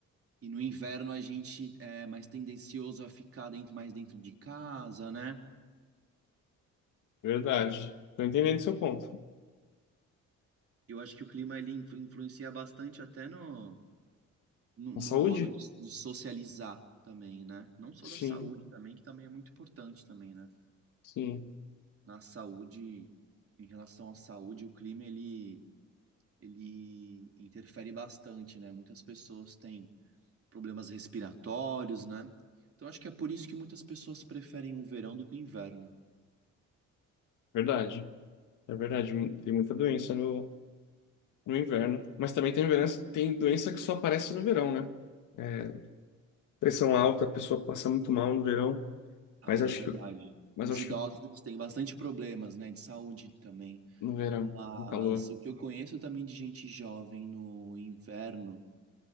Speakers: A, on the right; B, on the left.
A: E no inverno a gente é mais tendencioso a ficar dentro, mais dentro de casa, né?
B: verdade. Estou entendendo o seu ponto.
A: Eu acho que o clima ele influ- influencia bastante até no, no,
B: A
A: no
B: saúde?
A: modo de, de socializar também, né? Não só
B: Sim.
A: da saúde também, que também é muito importante também, né?
B: Sim.
A: Na saúde, em relação à saúde, o clima ele, ele interfere bastante, né? Muitas pessoas têm problemas respiratórios, né? Então acho que é por isso que muitas pessoas preferem o verão do que o inverno.
B: Verdade, é verdade. Tem muita doença no, no inverno. Mas também tem doença, tem doença que só aparece no verão, né? É, pressão alta, a pessoa passa muito mal no verão.
A: Ah,
B: Mas
A: é
B: acho
A: verdade.
B: que, mas
A: Os
B: acho
A: idosos
B: que
A: eles têm bastante problemas, né, de saúde também.
B: no verão,
A: Mas
B: no calor,
A: o que eu conheço também de gente jovem no inverno